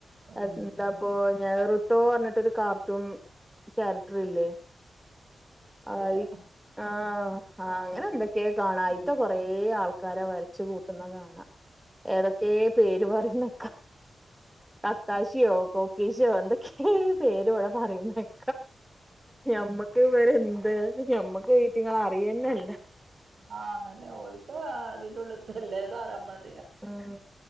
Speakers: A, on the right; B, in the centre.
A: ഉം
B: എന്താപ്പൊ ഞൻറട്ടോ പറഞ്ഞിട്ട്ഒരു കാർട്ടൂൺ ക്യാരക്ടർ ഇല്ലേ
A: അറിയില്ല
B: ആയി ആഹ്,
A: ആഹ്
B: അങ്ങനെ എന്തൊക്കെ കാണാ അയ്ത്തെ
A: ആഹ്
B: കൊറേ ആൾക്കാരെ വരച്ച് കൂട്ടുന്ന കാണ ഏതൊക്കെ പേര് പറയുന്നെ കക്കാശിയോ കോക്കീശോ എന്തൊക്കെ പേര് വ്ടെ പറയുന്ന കേൾ ഞമ്മക്ക് ഇവരെന്ത്‌ ഞമ്മക്ക് ഈറ്റിങ്ങളെ അറിയന്നെല്ല
A: ആഹ് അതെന്നെ ഓല്ക്ക് ഇതിനുള്ളിൽ തെ എല്ലതും അറിയാ ഞമ്മൾക്ക്
B: ആഹ്